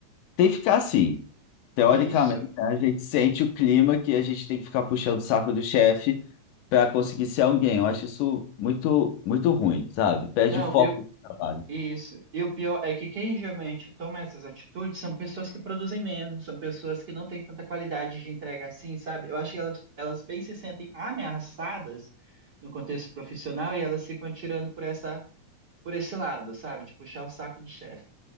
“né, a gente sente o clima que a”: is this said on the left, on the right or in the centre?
Left